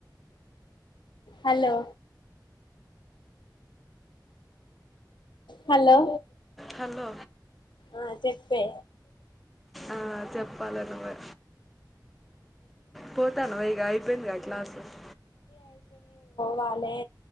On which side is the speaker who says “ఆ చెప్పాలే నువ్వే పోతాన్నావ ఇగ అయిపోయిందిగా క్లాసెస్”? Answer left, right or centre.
Centre